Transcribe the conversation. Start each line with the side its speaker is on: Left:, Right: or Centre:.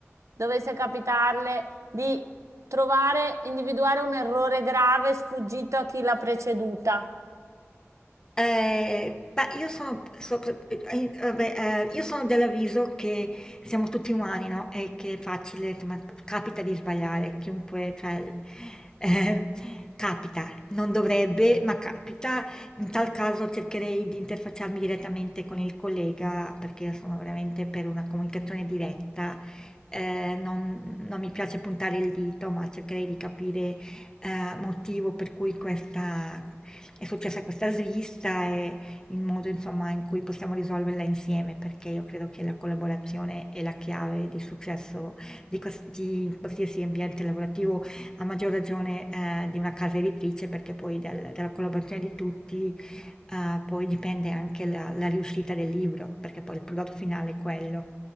Right: dovesse capitarle di trovare, individuare un errore grave sfuggito a chi l'ha preceduta?
Left: Eh, beh, io sono, sopra- eh, vabbè, eh, io sono dell'avviso che siamo tutti umani, no? E che è facile, insomma, capita di sbagliare, chiunque, cioè, eh, <laughs> capita, non dovrebbe, ma capita. In tal caso cercherei di interfacciarmi direttamente con il collega, perché io sono veramente per una comunicazione diretta. Eh, non, non mi piace puntare il dito, ma cercherei di capire eh, motivo per cui questa, è successa questa svista e il modo, insomma, in cui possiamo risolverla insieme, perché io credo che la collaborazione è la chiave di successo di, quals- di qualsiasi ambiente lavorativo, a maggior ragione eh, di una casa editrice, perché poi dal- dalla collaborazione di tutti eh, poi dipende anche la, la riuscita del libro, perché poi il prodotto finale è quello.